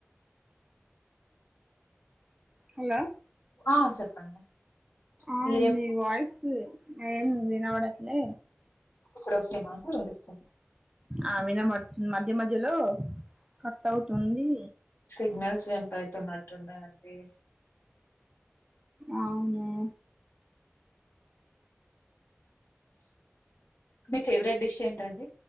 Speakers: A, on the right; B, on the left.
A: హలో
B: ఆ చెప్పండి
A: ఆ
B: మీరేం
A: మీ వాయిసు ఏందీ వినపడట్లే
B: ఇప్పుడు ఓకే నా వినిపిస్తుం
A: ఆ వినబడుతుంద్ మధ్య మధ్యలో కట్ అవుతుంది
B: సిగ్నల్స్ జంప్ అయితున్నట్టున్నాయండి
A: అవునా
B: మీ ఫేవరెట్ డిష్ ఏంటండి